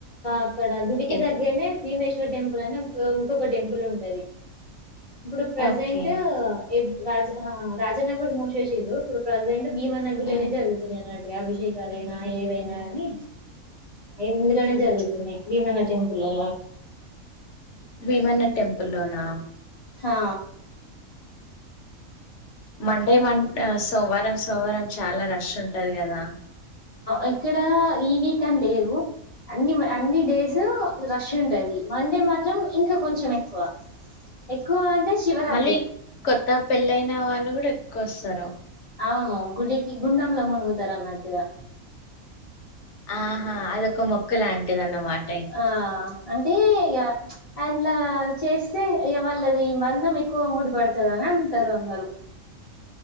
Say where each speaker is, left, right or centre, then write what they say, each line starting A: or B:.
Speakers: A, on the left; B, on the left.
A: అక్కడ గుడికి
B: ఎగ్
A: దేగ్గర్నే భీమేశ్వర్ టెంపుల్ అని ఇంకొక టెంపుల్ ఉంటది ఇప్పుడు ప్రజెంట్
B: ఓకే
A: రాజ రాజనగడు మూసేసారు ఇప్పుడు ప్రజెంట్ భీమాన్న గుడిలోనే
B: ఉమ్,
A: జరుగుతుంది అ అభిషేకలుైనా ఏవైనా గాని ఇందులోనే జరుగుతున్నాయి భీమన్న టెంపుల్లో
B: భీమన్న టెంపుల్ లోనా
A: హా
B: మండే మ సోమవారం సోమవారం చాలా రష్ ఉంటది కదా
A: ఆక్కడ ఈ వీక్ అనీ లేదు అన్ని అన్ని డేస్
B: ఉమ్.
A: రష్ ఉంటది మండే మాత్రం ఇంకా కొంచెం ఎక్కువ ఎక్కువ అంటే శివరాత్రి
B: మళ్ళీ కొత్త పెళ్ళయిన వాళ్ళు కూడా ఎక్కువ వస్తారు
A: అవును గుడికి గుండంలొ మునుగుతరు అన్నట్టుగా
B: ఆహా అదొక మొక్కు లాంటిదన్నమాట
A: ఆ అంటే ఇక అండ్లా చేస్తే ఇగ వాళ్ళది బంధం ఎక్కువ ముడిపడుతుంది అని అంటారు అందరు